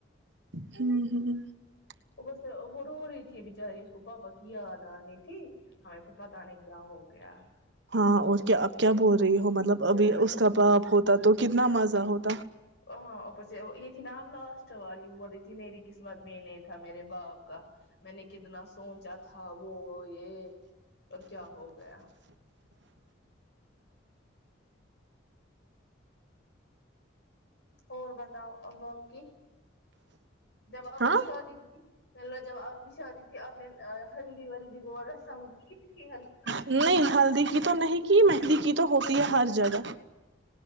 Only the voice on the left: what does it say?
ا سے وہور اے بیچاری اس کو پاپا کی یاد آ رہنے تھی ہمیں پھر پتا نہیں کیا ہو گیا
پھر
ہم
ہ ہاں اوپر سے یہ جناب لاسٹ والی ہو رہی تھی میری قسمت میں نہیں تھا میرے باپ کا میں نے کتنا سوچا تھا وہ یہ پر کیا ہو گیا اور بتاؤ ا بقی جباب
کی شادی تھی ملہ جب آپ کی شادی تھی آپ نے ہلدی ولدی وہ رسم ک ہلی